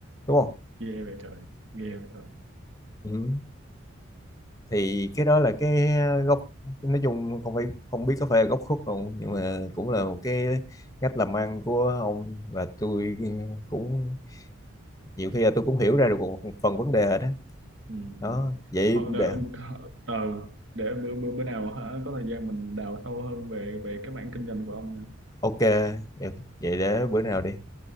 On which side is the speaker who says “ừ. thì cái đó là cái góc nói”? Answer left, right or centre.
Left